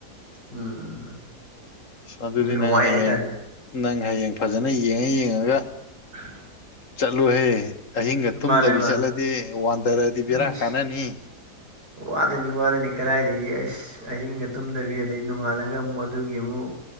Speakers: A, on the right; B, on the left.
A: ꯎꯝ
B: ꯑꯗꯨꯗꯤ
A: ꯑꯗꯨꯅ
B: ꯅꯪ
A: ꯋꯥꯏ
B: ꯍꯌꯦꯡ
A: ꯍꯥꯏꯇꯥꯔꯦ
B: ꯅꯪ ꯍꯌꯦꯡ ꯐꯖꯅ ꯌꯦꯡꯉ ꯌꯦꯡꯉꯒ
A: <inaudible>
B: ꯆꯠꯂꯨꯍꯦ ꯑꯍꯤꯡꯒ ꯇꯨꯝꯗꯕꯤ
A: ꯃꯥꯅꯦ ꯃꯥꯅꯦ
B: ꯆꯠꯂꯗꯤ ꯋꯥꯟꯗꯔꯗꯤ
A: ꯎꯝ
B: ꯕꯦꯔꯥ ꯀꯥꯟꯅꯅꯤ
A: ꯋꯥꯗꯣꯏꯅꯤ ꯋꯥꯗꯣꯏꯅꯤ ꯀꯥꯏꯗꯒꯤ ꯑꯁ ꯑꯍꯤꯡꯒ ꯇꯨꯝꯗꯕꯤ ꯑꯗꯩ ꯅꯣꯡꯉꯥꯜꯂꯒ ꯑꯃꯨꯛ ꯑꯗꯨꯒꯤ ꯑꯃꯨꯛ